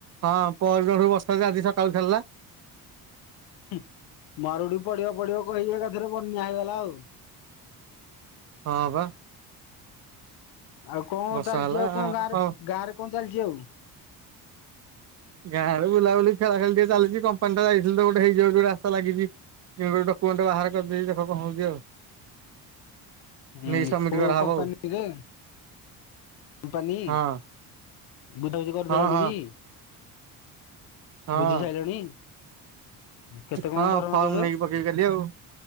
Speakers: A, on the right; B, on the left.
A: ହ ପହର ଦିନଠୁ ବର୍ଷା ଯେ ଆଜି ସକାଳେ ଛାଡ଼ିଲା।
B: ହୁ ମରୁଡି ପଡିବ ପଡିବ କହିକି ଏକାଥରେ ବନ୍ୟା ହେଇଗଲା ଆଉ।
A: ହଁ ପା।
B: ଆଉ କଣ
A: ବର୍ଷା
B: ଚାଲିଛି
A: ହେଲା
B: ଆଉ କଣ ଗାଁରେ
A: ହଁ।
B: ଗାଁ ରେ କଣ ଚାଲିଛି ଆଉ?
A: ଗାଁ ରେ ବୁଲା ବୁଲି ଖେଳା ଖେଳି ଟିକେ ଚାଲିଛି କମ୍ପାନୀ ତ ଯାଇଥିଲୁ ତ ଗୋଟେ ହେଇ ଯୋଉ ଟୁ ରାସ୍ତା ଲାଗିଛି। ଏଇ ପାଳି ଡକ୍ୟୁମେଣ୍ଟ ବାହାର କରିଦେଇଛି ଦେଖେ କଣ ହଉଛି ଆଉ।
B: ହୁଁ
A: ନେଇ ସବମିଟ
B: କୋଉ
A: କରାହବ
B: କମ୍ପାନୀରେ? କମ୍ପାନୀ
A: ଆଉ
B: ବୁଝା ବୁଝି କରିଦେଲଣି
A: ହଁ ହଁ
B: କି?
A: ହଁ ହଁ।
B: ବୁଝି ସାଇଲଣି। କେତେ କଣ
A: ହଁ
B: ଦରମା
A: ଫର୍ମ
B: ଦେବେ?
A: ନେଇକି ପକେଇବି କାଲି ଆଉ।